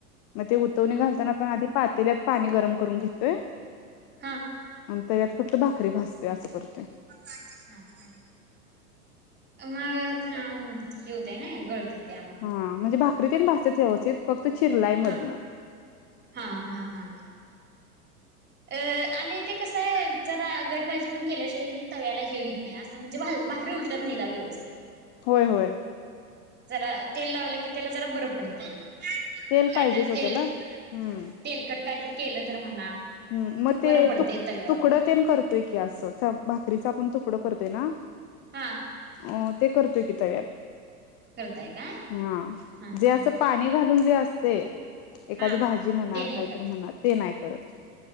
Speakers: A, on the left (about 40°); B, on the right (about 20°).
A: मग ते उतवणी घालताना आपण आधी पातेल्यात पाणी गरम करून घेतोय.
B: हा,
A: मग तव्यात फक्त भाकरी भाजतोय असं करतोय.
B: हा हा, मग हा होतय ना गळतय. त्यामुळं
A: हा म्हणजे भाकरीतेन भाजत्यात व्यवस्थित फक्त चिरलाई
B: हा
A: मधनं.
B: हा, हा, हा, अ आणि ते कसं आहे जरा घटभाजी पण केल्या शिवाय तव्याला हे होत नाही. नाही असं म्हणजे भा भाकरी उलटत नाही त्या व्यवस्थित.
A: होय, होय,
B: जरा तेल लावलं की त्याला जरा बर पडतंय.
A: तेल
B: कायतरी
A: पाहिजेच ओ
B: तेल,
A: त्याला हम्म
B: तेलकट काहीतरी केलं तर म्हणा.
A: ह मग ते
B: बरं पडतंय
A: तु
B: तव्यावर
A: तुकडं ते करतोय की असं भाकरीच आपण तुकडं करतोय ना,
B: हा,
A: अ ते करतोय की तव्यात.
B: करताय का?
A: हा,
B: हा
A: जे असं
B: हा
A: पाणी घालून जे असतय. एखादी
B: हा
A: भाजी म्हणा,
B: ते नाही
A: काहीतरी
B: करत
A: म्हणा ते नाही करत.